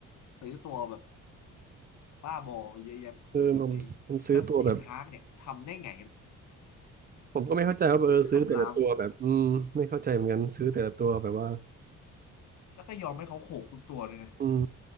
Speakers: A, on the left (about 70°); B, on the right (about 30°).
A: ซื้อตัวแบบบ้าบอมาเยอะแยะไปหมดเองตั้งเทนฮากเนี่ยทำได้ไง
B: เออมันมันซื้อตัวแบบผมก็ไม่เข้าใจว่าเออซื้อแต่ละตัวแบบอืมไม่เข้าใจเหมือนกันซื้อแต่ละตัวแบบว่า
A: กัำรามแล้วก็ยอมให้เขาโขกทุกตัวเลยนะ
B: อืม